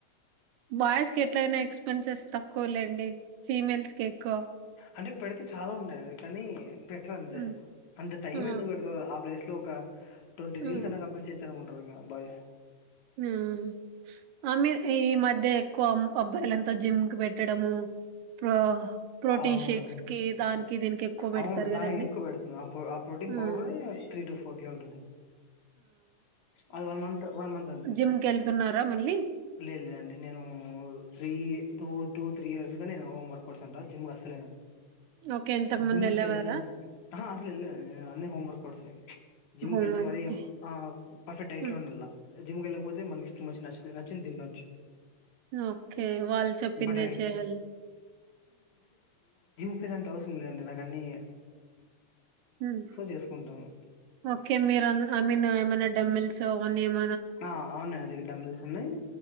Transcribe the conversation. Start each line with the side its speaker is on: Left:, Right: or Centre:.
Right: బాయ్స్ కి ఎట్లైన ఎక్స్పెన్సెస్ తక్కువ లెం డి ఫీమెల్స్ కి ఎక్కువ.
Left: అంటే పెడితే చాలా ఉండాయి కానీ పెటర్ అంతే
Right: ఆ
Left: అంత టైం
Right: ఆ
Left: ఎందుకు పెడితవ్ ఆ ప్లేస్ లో ఒక ట్వంటీ రీల్స్
Right: ఆ
Left: అయినా కంప్లీట్ చేయచ్చు అను కుంట బాయ్స్.
Right: ఉమ్ ఆ మీర్ ఈ మధ్య ఎక్కువ పబ్బ లంత్ జిమ్ క పెట్టడం ప్ర ప్రోటీన్
Left: అవును
Right: షేక్స్ కి దానికి దీనికి ఎక్కువ పెడతారు
Left: అవును దానికి
Right: కదండీ
Left: ఎక్కువ పెడుతున్నా ఆ ప్రొ ఆ ప్రోటీన్
Right: ఉమ్మ్
Left: పౌడరే త్రీ టు ఫోర్ కే ఉంటుంది అది వన్ మంత్ వన్ మంత్ అంతే
Right: జిమ్‌కెళ్తున్నారా మళ్ళీ?
Left: లేదు లేదండి నేను three two two three years గా నేను హోంవర్క్ కొడుచ ఉంటా జిమ్ కసల్కవెళ్లను
Right: ఓకే. ఇంతకుముందు
Left: జిమ్
Right: ఎళ్ళేవారా?
Left: కెళ్తే అసలు వెళద అన్న home workouts gym
Right: home
Left: కెళ్తే మరి
Right: ఓకే.
Left: ఆ పర్ఫెక్ట్ డైట్లో
Right: హ్మ్.
Left: ఉండల జిమ్ వెళ్ళకపోతే మనకి ఇష్ట నచ్చ నచ్చింది తినొచ్చు
Right: ఓకే వాళ్ళు చెప్పిందే
Left: బట్ ఎక్స్
Right: చేయాలి
Left: అయిన అంతా అసరం లేదండి నాక అన్నీ
Right: ఉమ్మ్
Left: చేసుకుంటాను
Right: ఓకే మీరు ఆన్ ఐ మీన్ ఏమన్ తమిల్ స అనియమ
Left: ఆ అవున్ నాదగ్గర డబుస్ ఉన్నాయి